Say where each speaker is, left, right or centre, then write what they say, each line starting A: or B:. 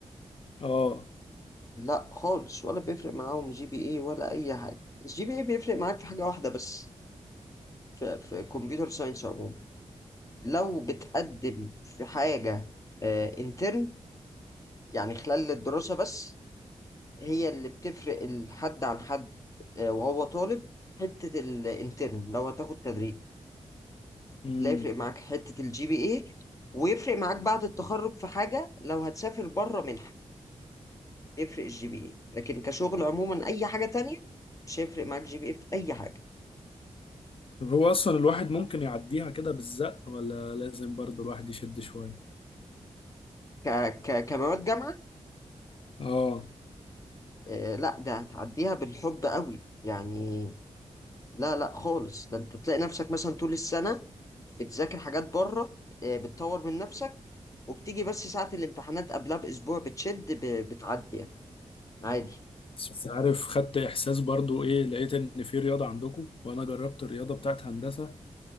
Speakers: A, on the left; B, on the left.
A: اه
B: لا خالص ولا بيفرق معاهم جي بي اي ولا اي حاجة الجي بي اي بيفرق معاك في حاجة واحدة بس في في كمبيوتر ساينس عموما لو بتقدم في حاجة انترن يعني خلال الدراسة بس هي اللي بتفرق الحد عن حد آه، وهو طالب حتة الانترن لو هتاخد تدريب
A: امم
B: لا يفرق معاك حتة الجي بي اي ويفرق معاك بعد التخرج في حاجة لو هتسافر بره منحة يفرق الجي بي اي لكن كشغل عموما أي حاجة تانية مش هيفرق معاك جي بي اي في أي حاجة
A: طب هو اصلا الواحد ممكن يعديها كده بالزق ولا لازم برضه الواحد يشد شوية
B: ك ك كمواد جامعة
A: اه
B: آه لا ده هتعديها بالحب قوي يعني لا لا خالص ده انت تلاقي نفسك مثلا طول السنة بتذاكر حاجات بره آه، بتطور من نفسك وبتيجي بس ساعة الامتحانات قبلها بأسبوع بتشد ب- بتعدي يعني عادي
A: بس عارف خدت احساس برضو ايه لقيت ان في رياضه عندكم وانا جربت الرياضه بتاعت هندسه